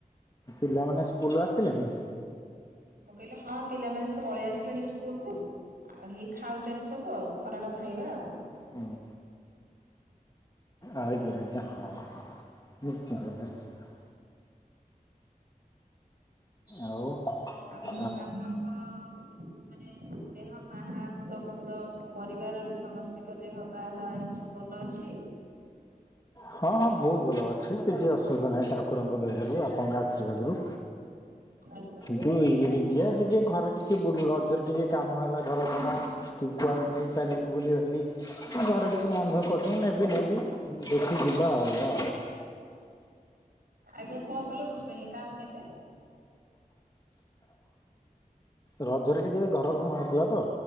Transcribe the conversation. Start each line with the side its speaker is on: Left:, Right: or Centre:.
Left: ପିଲାମାନେ ସ୍କୁଲ ରୁ ଆସିଲେଣିି?
Right: ମୁଁ କହିଲି ହଁ ପିଲାମାନେ ସ ପଳେଇ ଆସିଲେଣି ସ୍କୁଲ ରୁ। ଆଉ ହେଇ ଖାଉଛନ୍ତି ସବୁ ଆଉ ଖରାବେଳ ଖାଇବା ଆଉ।
Left: ହଁ। ଆଜ୍ଞା ଆଜ୍ଞା ହଁ ହଁ ନିଶ୍ଚିନ୍ତ ନିଶ୍ଚିନ୍ତ। ଆଉ
Right: ଆଉ
Left: ହଁ
Right: ଆପଣଙ୍କର ସବୁ ମାନେ ଦେହ ପାହା ଭଲ ମନ୍ଦ ପରିବାରରେ ସମସ୍ତଙ୍କ ଦେହ ପାହା ଏସବୁ ଭଲ ଅଛି?
Left: ହଁ ହଁ ବହୁତୁ ଭଲ ଅଛି କିଛି ଅସୁବିଧା ନାହିଁ ଠାକୁରଙ୍କ ଦୟାଆାରୁ ଆପଣ ଆ ଆଶ୍ରୀବାଦରୁ।
Right: ଆଚ୍ଛା ଆଜ୍ଞା
Left: ତୁ ଇଏ ଟିକେ ଘରେ ଟିକେ ଵୁ ଲଜରେ ଟିକେ କାମ ହେଲା ଘର କାମ। ଟିକେ କୁଆଡେ ନେଇ ପାରିଲିନି ବୁଲିବାଲି ଘରେ ଟିକେ ମନ ଦୁଃଖ କରୁଚନ୍ତି ନେବି ନେବି। ଦେଖୁଚି ଜିବା ଆଉ ଏଇଆ।
Right: ଆଜ୍ଞା କଣ କହିଲେ ବୁଝିପାରିଲିନେହିଁ କାହାକୁ ନେବେ?
Left: ରଜରେ ଟିକେ ଘର କାମ ହେଇଥିଲା ତ।